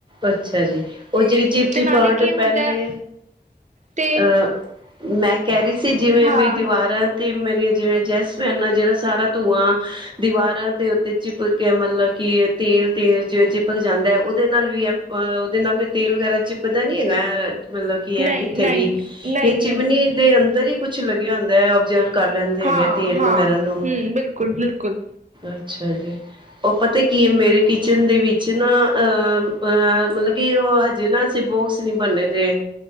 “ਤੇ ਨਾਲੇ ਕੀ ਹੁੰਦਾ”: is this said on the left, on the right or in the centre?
Right